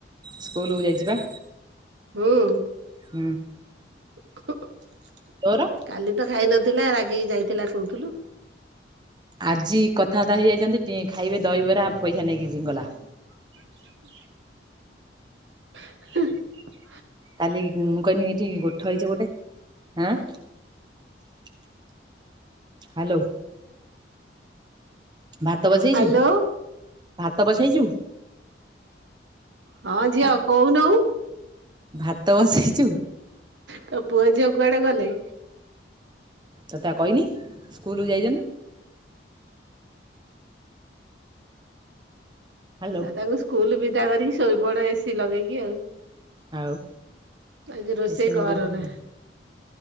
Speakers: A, on the right; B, on the right.
A: ସ୍କୁଲକୁୁ ଯାଇଛି ପା।
B: ହୁଁ।
A: ହୁଁ।
B: <inaudible>
A: ତୋଅର
B: କାଲି ତ ଖାଇ ନଥିଲା ରାଗିକି ଯାଇଥିଲା କହୁଥିଲୁ।
A: ଆଜି କଥାବାର୍ତ୍ତା ହେଇଯାଇଛନ୍ତି ଟ ଖାଇବେ ଦହିବରା ପଇସା ନେଇକି ଗଲା।
B: ହ <unintelligible> ହ <unintelligible>
A: କାଲି ମୁଁ କହିଲି ଏଠି ଗୋଠ ହେଇଛି ଗୋଟେ ହଁ। ହ୍ୟାଲୋ। ଭାତ ବସେଇଛୁ
B: ହ୍ୟାଲୋ
A: ଭାତ ବସେଇଛୁ?
B: ହଁ ଝିଅ
A: ହ୍ୟାଲୋ
B: କହୁନୁ?
A: ଭାତ ବସେଇଛୁ।
B: ତ ପୁଅ ଝିଅ କୁଆଡେ ଗଲେ?
A: ତତେ ପା କହିନି ସ୍କୁଲକୁ ଯାଇଛନ୍ତି। ହାଲୋ
B: ଆ ତାଙ୍କୁ କୁଲ ବିଧା କରିକି ଶୋଇ ବଡ଼ ଏସିି ଲଗେଇକି ଆଉ
A: ଆଉ
B: ଆଜି ରୋଷେଇ
A: ଏସି ନଗେଇ
B: କାରନା।